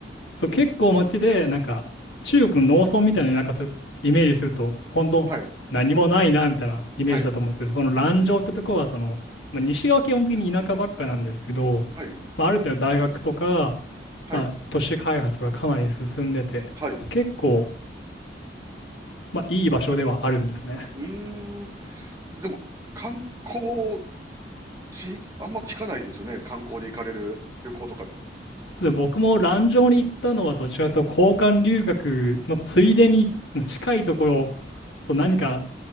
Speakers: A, on the left; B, on the right.
A: そう、結構街で、なんか、中国の農村みたいな、なんかそうイメージすると、本当何もないな、
B: はい。
A: みたいなイメージだと思うんですけど、
B: はい。
A: その蘭州ってとこは、
B: うん。
A: その、まあ、西側は基本的に田舎ばっかなんですけど、
B: はい。
A: まあ、ある程度大学とか、
B: はい。
A: まあ、都市開発がかなり進んでて、
B: はい。う
A: まあ、結構、まあ、いい場所ではあるんですね。
B: ーん。でも、観光地、あんま聞かないですよね。観光で行かれる旅行とか。
A: そうですね僕も蘭城に行ったのはどちらかというと交換留学のついでに近いところ、そう何か